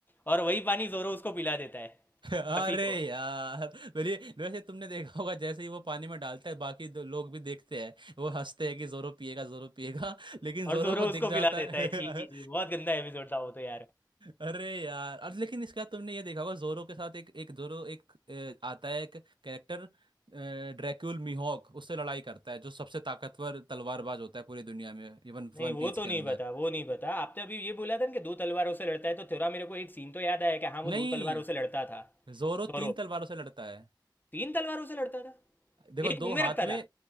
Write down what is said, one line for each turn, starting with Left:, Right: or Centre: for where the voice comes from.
Left: और वही पानी जोरो उसको पिला देता है
Right: <laughs> अरे
Left: रफी को
Right: यार मेरी वैसे तुमने देखा होगा जैसे ही वो पानी में डालता है बाकी दो लोग भी देखते हैं वो हंसते हैं कि जोरो पिएगा जोरो पिएगा लेकिन
Left: और
Right: जोरो
Left: जोरो
Right: को
Left: उसको
Right: दिख जाता
Left: पिला देता
Right: है
Left: है
Right: <laughs>
Left: छी छी छी बहुत गंदा एपिसोड था वो तो यार
Right: अरे यार और लेकिन इसका तुमने ये देखा होगा जोरो के साथ एक एक जोरो एक अ, आता है एक कैरेक्टर ड्रैक्यूल मिहोक उससे लड़ाई करता है जो सबसे ताकतवर तलवारबाज होता है पूरी दुनिया में इवन
Left: नहीं
Right: वन
Left: वो
Right: पीस
Left: तो
Right: के
Left: नहीं
Right: अंदर
Left: बता वो नहीं बता आपने अभी ये बोला था ना कि दो तलवारों से लड़ता है तो थोड़ा मेरे को एक सीन तो याद आया कि हाँ वो
Right: नहीं
Left: दो तलवारों से लड़ता था
Right: जोरो
Left: दोरो
Right: तीन तलवारों से लड़ता है
Left: तीन तलवारों से लड़ता था
Right: देखो
Left: एक
Right: दो
Left: मुंह में रखता
Right: हाथ में
Left: था